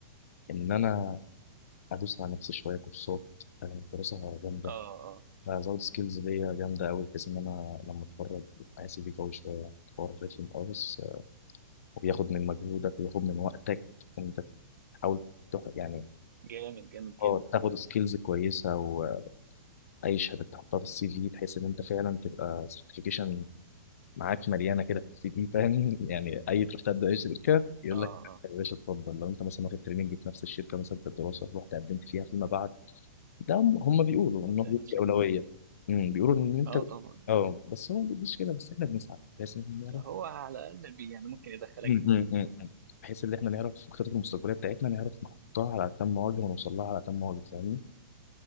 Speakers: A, on the left; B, on the right.
A: ان انا ادوس على نفسي شويه كورسات آه، دراسه جامده
B: اه اه
A: أنا هزود سكيلز ليا جامدة أوي بحيث إن أنا لما أتخرج يبقى سي في قوي شوية يعني حوار رخم أوي بس آه، وبياخد من مجهودك وبياخد من وقتك إن أنت تحاول تح... يعني
B: جامد جامد جدا
A: اه تاخد
B: اه
A: سكيلز كويسة وأي شهادة تحطها في السي في بحيث إن أنت فعلا تبقى سيرتيفيكيشن معاك مليانة كده في السي في فاهم <laughs> يعني أي تروح تبدأ أي شركة يقول
B: اه
A: لك
B: اه
A: يا باشا اتفضل لو أنت مثلا واخد تريننج في نفس الشركة مثلا في الدراسة رحت قدمت فيها فيما بعد ده هم هم بيقولوا ان
B: هتلاقي
A: هو بيدي
B: نفسك
A: اولويه
B: معايا
A: امم بيقولوا ان انت
B: اه طبعا
A: اه بس هو ما بيديش كده بس احنا بنسعى بحيث ان احنا نعرف
B: هو على الاقل بي يعني ممكن يدخلك
A: أمم،
B: انترفيو
A: أمم، أمم، أمم. بحيث ان احنا نعرف في الخطط المستقبليه بتاعتنا نعرف نحطها على تم وجه ونوصل لها على تم وجه فاهمني؟